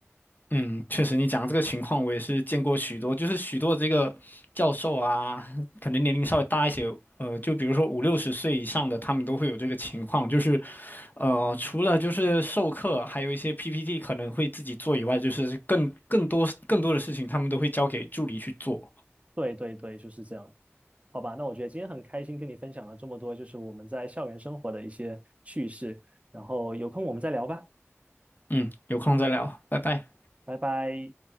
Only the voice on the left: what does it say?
嗯，确实，你讲的这个情况我也是见过许多，就是许多这个教授啊，可能年龄稍微大一些，呃，就比如说五六十岁以上的，他们都会有这个情况，就是，呃，除了就是授课，还有一些 PPT 可能会自己做以外，就是更更多更多的事情，他们都会交给助理去做。
嗯，有空再聊，拜拜。